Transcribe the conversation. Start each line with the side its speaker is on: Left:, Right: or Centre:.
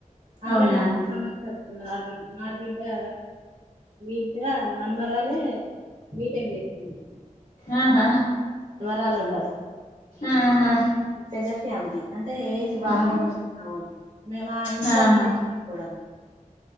Right: ఆమెనే
Left: అవునా
Right: <unintelligible> సంవత్సరాలు ఆడ బి మారుబిడ్డా బిడ్డ మన్మరాలే బీటెక్ చేస్తుంది
Left: ఆహా
Right: రాళ్ళు ఉన్నారు
Left: ఆహా
Right: పెద్ద ఫ్యామిలీ అయితే ఏజ్ బాగున్నది
Left: అవును
Right: మేము ఆ ఇంట్లో
Left: ఆహా
Right: నేనే పే కోడల్ని